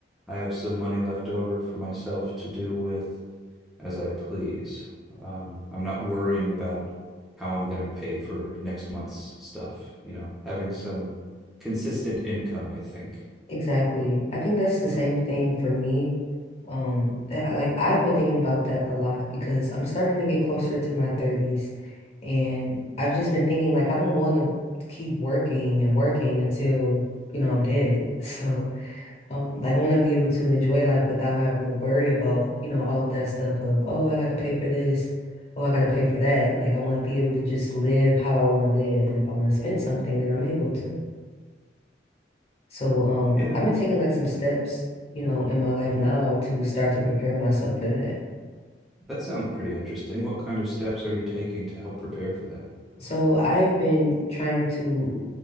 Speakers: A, in the centre; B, on the left.
A: I have some money left over for myself to do with as I please. Um, I'm not worrying about how I'm going to pay for next month's stuff, you know, having some consistent income, I think.
B: Exactly. I think that's the same thing for me. Um, that like I've been thinking about that a lot because I'm starting to get closer to my 30s and I've just been thinking like I don't want to keep working and working until, you know, I'm dead. <laughs> So Um, like I want to be able to enjoy life without having to worry about, you know, all of that stuff of, oh, I got to pay for this, oh, I got to pay for that. Like I want to be able to just live how I want to live, and if I want to spend something, then I'm able to. So, um,
A: Yeah,
B: I've been taking like some steps, you know, in my life now to start to prepare myself for that.
A: that sounds pretty interesting. What kind of steps are you taking to help prepare for that?
B: So I've been trying to